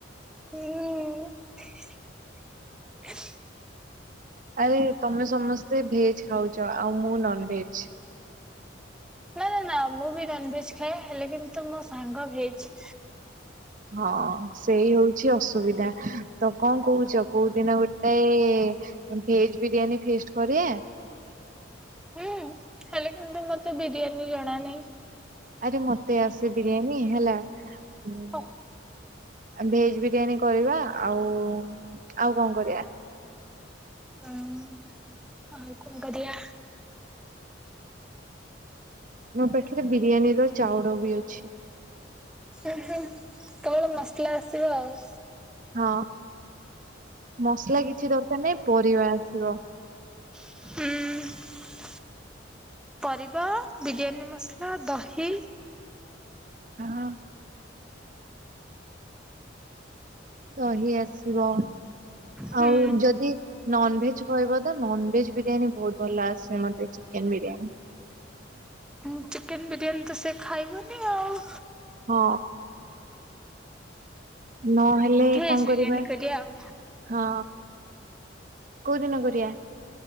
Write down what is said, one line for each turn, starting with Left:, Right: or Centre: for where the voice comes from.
Centre: ହୁଁ ଉଁ।
Right: ଆରେ ତମେ ସମସ୍ତେ ଭେଜ୍ ଖାଉଛ ଆଉ ମୁଁ ନନ୍ ଭେଜ୍।
Centre: ନା-ନା-ନା ମୁଁ ବି ନନ୍ ଭେଜ୍ ଖାଏ ହେଲେ କିନ୍ତୁ ମୋ ସାଙ୍ଗ ଭେଜ୍।
Right: ହଁ ସେଇ ହଉଚି ଅସୁବିଧା ତ କଁ କହୁଚ କୋଉ ଦିନ ଗୋଟେ ଅଁ ଭେଜ୍ ବିରିୟାନୀ ଫେଷ୍ଟ କରିଆ?
Centre: ହୁଁ ହେଲେ କିନ୍ତୁ ମତେ ବିରିୟାନୀ ଜଣା ନାଇଁ।
Right: ଆରେ ମତେ ଆସେ ବିରିୟାନୀ ହେଲା ଉଁ
Centre: ଓ
Right: ଆ ଭେଜ୍ ବିରିୟାନୀ କରିବା। ଆଉ ଆଉ କଁ କରିଆ?
Centre: ହଁ ଆଉ କଁ କରିିଆ?
Right: ମୋ ପାଖରେ ବିରିୟାନୀର ଚାଉଡ ବି ଅଛି।
Centre: ଉଁ ହୁଁ କେବଳ ମସଲା ଆସିବ ଆଉ।
Right: ହଁ ମସଲା କିଛି ଦରକାର୍ ନାଇଁ ପରିବା ଆସିବ।
Centre: ହୁଁ। ପରିବା ବିରିୟାନୀ ମସ୍ଲା ଦହି
Right: <unintelligible> ହଁ। ଦହି ଆସିବ
Centre: ହୁଁ
Right: ଆଉ ଯଦି ନନ୍ ଭେଜ୍ କହିବ ତ ନନ୍ ଭେଜ୍ ବିରିୟାନୀ ବହୁତ୍ ଭଲ ଆସେ ମତେ ଚିକେନ୍ ବିରିୟାନୀ।
Centre: ହୁଁ ଚିକେନ୍ ବିରିୟାନୀ ତ ସେ ଖାଇବନି ଆଉ।
Right: ହଁ ନ ହେ ଲେ
Centre: ଭେଜ
Right: କଁ
Centre: ବିରିୟାନୀ
Right: କରିବା।
Centre: ଆଉ
Right: ହଁ କୋଉ ଦିନ କରିଆ?